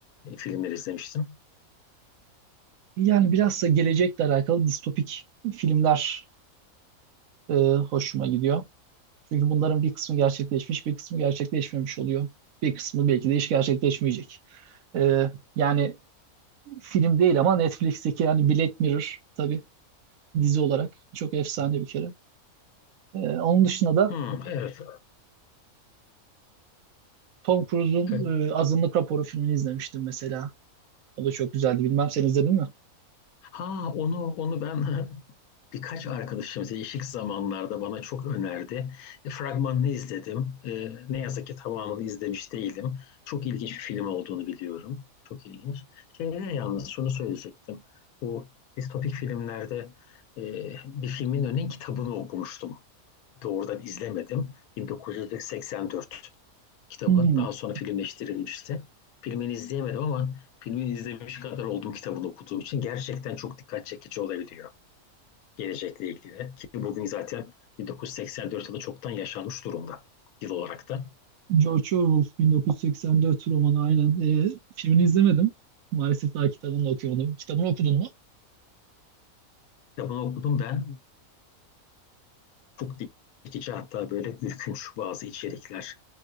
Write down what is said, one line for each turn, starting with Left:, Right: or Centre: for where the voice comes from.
Left: e, filmler izlemiştim?
Right: Yani biraz da gelecekle alakalı distopik filmler e, hoşuma gidiyor. Çünkü bunların bir kısmı gerçekleşmiş, bir kısmı gerçekleşmemiş oluyor. Bir kısmı belki de hiç gerçekleşmeyecek. Ee, yani film değil ama Netflix'teki yani Black Mirror tabii dizi olarak çok efsane bir kere. Ee, onun dışında da
Left: Hmm, evet.
Right: Tom Cruise'un
Left: E,
Right: e, Azınlık Raporu filmini izlemiştim mesela. O da çok güzeldi. Bilmem sen izledin mi?
Left: Ha onu onu ben <laughs> birkaç arkadaşım değişik zamanlarda bana çok önerdi. E, fragmanını izledim. E, ne yazık ki tamamını izlemiş değilim. Çok ilginç bir film olduğunu biliyorum. Çok ilginç. Şeyde yalnız şunu söyleyecektim. Bu distopik filmlerde e, bir filmin önün kitabını okumuştum. Doğrudan izlemedim. 1984 kitabı.
Right: Hmm.
Left: Daha sonra filmleştirilmişti. Filmini izleyemedim ama filmini izlemiş kadar olduğum kitabını okuduğum için gerçekten çok dikkat çekici olabiliyor gelecekle ilgili. Ki bugün zaten 1984 yılı çoktan yaşanmış durumda yıl olarak da.
Right: George Orwell 1984 romanı aynen. Ee, filmini izlemedim. Maalesef daha kitabını da okuyamadım. Kitabını okudun mu?
Left: Kitabını okudum ben. Çok dikici hatta böyle ürkünç bazı içerikler,